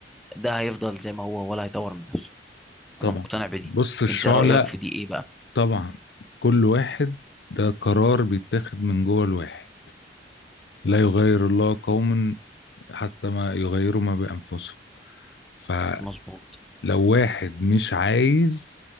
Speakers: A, in the centre; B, on the left.
A: ده هيفضل زي ما هو ولا هيطور من نفسه
B: طبعا
A: انا مقتنع بدي
B: بص الشعلة
A: انت رأيك في دي ايه بقى
B: طبعا كل واحد ده قرار بيتاخد من جوه الواحد لا يغير الله قوما حتى ما يغيروا ما بأنفسهم فلو
A: مظبوط
B: واحد مش عايز